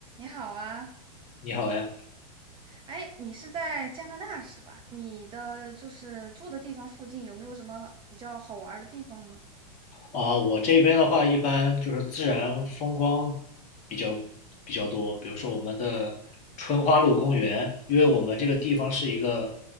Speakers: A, on the right; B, on the left.
A: 你好啊，
B: 你好呀，
A: 哎，你是在加拿大是吧？你的就是住的地方附近有没有什么比较好玩儿的地方吗？
B: 啊、我这边的话一般就是自然风光比较比较多，比如说我们的春花路公园，因为我们这个地方是一个